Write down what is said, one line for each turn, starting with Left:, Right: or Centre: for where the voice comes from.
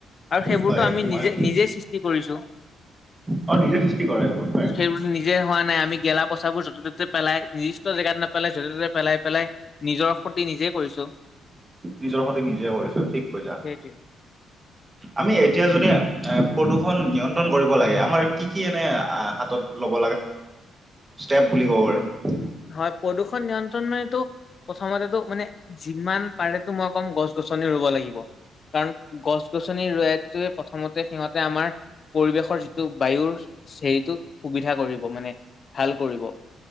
Left: আৰু সেইবোৰতো
Right: হয়
Left: আমি
Right: মই
Left: নিজে নিজে সৃষ্টি কৰিছো।
Right: আৰু নিজে সৃষ্টি কৰে এইবোৰ হয়
Left: সেইবোৰো নিজে হোৱা নাই আমি গেলা। পইচাাবোৰ য'তে ত'তে পেলাই নিৰ্দিষ্ট জেগাত নেপেলাই য'তে ত'তে পেলাই পেলাই নিজৰ সতি নিজে কৰিছো।
Right: নিজৰ সতে নিজে কৰিছো ঠিক কৈছা।
Left: সেইটোৱে।
Right: আমি এতিয়া যদি এ প্ৰদূষণ নিয়ন্ত্ৰণ কৰিব লাগে আমাৰ কি কি এনে হাতত লব। ছ বুলি ক'ব প।
Left: হয় প্ৰদূষণ নিয়ন্ত্ৰণ মানতো। প্ৰথমতেতো মানে যিমান পাৰেেতো মই কম গছ গছনি ৰুব লাগিব। কাৰণ গছ গছনি ৰৰুৱাইটোৱে প্ৰথমতে সিহঁতে আমাৰ। পৰিৱেশৰ যিটো বায়ুৰ হেইটো সুবিধা কৰিব মানে ভাল কৰিব।